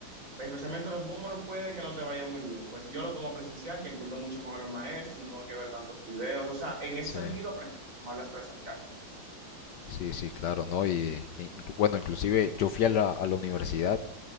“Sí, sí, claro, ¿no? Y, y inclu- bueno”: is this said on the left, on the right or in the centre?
Left